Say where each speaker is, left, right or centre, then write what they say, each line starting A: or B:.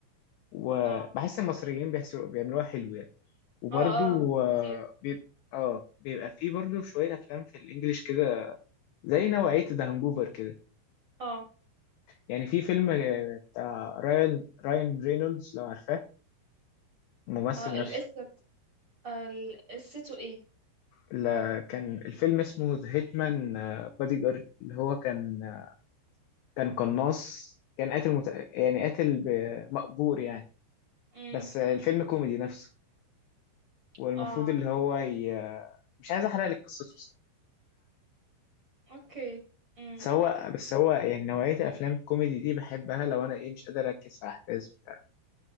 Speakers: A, on the left; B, on the right.
A: وبحس
B: اه
A: المصريين بيحسوا- بيعملوها حلو يعني وبرضو
B: اه اه
A: آه
B: كتير
A: بيبقى اه بيبقى فيه برضو شوية أفلام في الإنجليش كده زي نوعية ذا هانجوفر كده
B: اه
A: يعني في فيلم آه، بتاع رايان رايان رينولدز لو عارفاه الممثل
B: اه القصه
A: نفسه
B: آه، ال- قصته ايه
A: لا- كان الفيلم اسمه ذا هيتمان بادي جارد اللي هو كان آه، كان قناص كان قاتل مت... يعني قاتل ب... مأجور يعني
B: امم
A: بس الفيلم كوميدي نفسه والمفروض
B: اه
A: اللي هو ي... مش عايز احرق لك قصته
B: اوكي امم
A: بس هو بس هو يعني نوعية الأفلام الكوميدي دي بحبها لو أنا إيه مش قادر أركز في أحداث بتاع